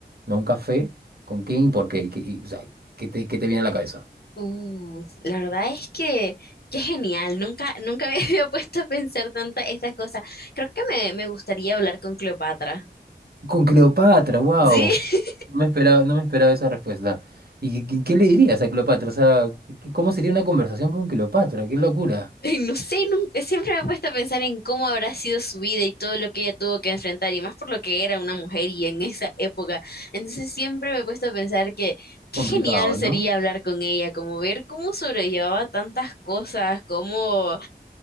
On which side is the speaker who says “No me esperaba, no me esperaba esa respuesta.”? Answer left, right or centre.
Right